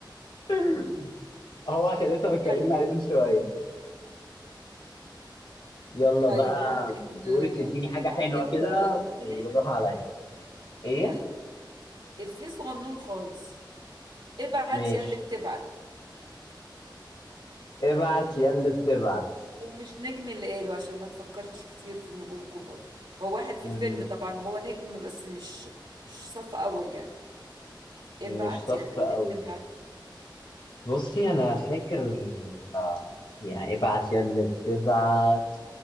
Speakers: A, on the left (about 70°); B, on the right (about 70°).
A: <laughs> هو عشان لسه متكلمين
B: <laughs> طيب
A: عليه من شويه يلا
B: طيب
A: بقى
B: ممكن
A: دورك
B: آه،
A: اديني حاجه
B: ممكن
A: حلوه كده
B: آه، افيه
A: وبالراحه عليا ايه
B: طيب افيه صغنون خالص ابعت
A: ماشي
B: يا اللي بتبعت
A: ابعت يا اللي بتبعت
B: ومش نجم اللي قاله عشان ما تفكرش كتير في النجوم الكبار هو واحد في
A: مم،
B: الفيلم طبعا وهو نجم بس مش مش صف اول يعني ابعت
A: مش صف
B: يا اللي
A: أول
B: بتبعت
A: بصي أنا فاكر آه، يعني ابعت يا اللي بتبعت